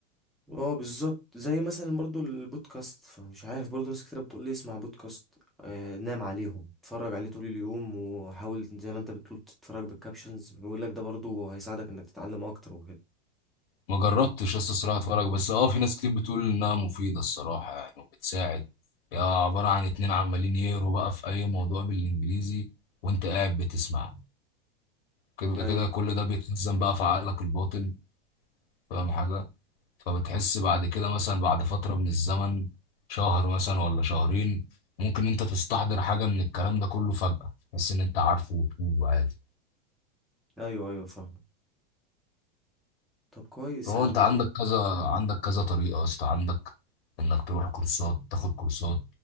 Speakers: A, in the centre; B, on the left.
A: اه بالظبط زي مثلا برضو البودكاست فمش عارف برضو ناس كتير بتقول لي اسمع بودكاست آه نام عليهم اتفرج عليه طول اليوم وحاول زي ما انت بتقول تتفرج بالكابشنز بيقول لك ده برضو هيساعدك انك تتعلم اكتر وكده
B: ما جربتش يا اسطى صراحه اتفرج بس اه في ناس كتير بتقول انها مفيده الصراحه يعني وبتساعد يا عباره عن اتنين عمالين يقروا بقى في اي موضوع بالانجليزي وانت قاعد بتسمعه كده
A: ايوه
B: كده كل ده بيتخزن بقى في عقلك الباطن فاهم حاجه فبتحس بعد كده مثلا بعد فترة من الزمن شهر مثلا ولا شهرين ممكن انت تستحضر حاجة من الكلام ده كله فجأة بس ان انت عارفه وتقوله عادي
A: ايوه ايوه فاهم طب كويس
B: فهو
A: يا عم
B: انت
A: يعني
B: عندك كذا عندك كذا طريقة يا اسطى عندك انك تروح كورسات تاخد كورسات